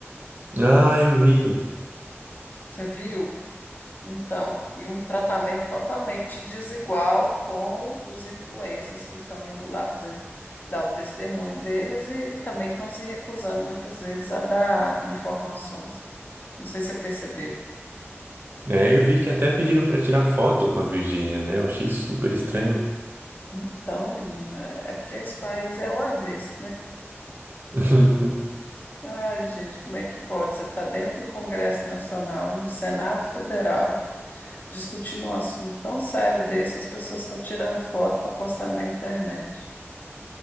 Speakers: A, on the right; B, on the left.
A: Ah, eu vi.
B: Você viu? Então, e um tratamento totalmente desigual com os influencers que estão indo lá fazer dar o testemunho deles e também estão se recusando muitas vezes a dar informações. Não sei se você percebeu.
A: É, eu vi que até pediram para tirar foto com a Virgínia, né? Eu achei super estranho.
B: Então, menina, é porque esse país é o avesso.
A: <laughs>
B: Ai, gente, como é que pode? Você está dentro do Congresso Nacional, no Senado Federal, discutindo um assunto tão sério desse, as pessoas estão tirando foto para postar na internet.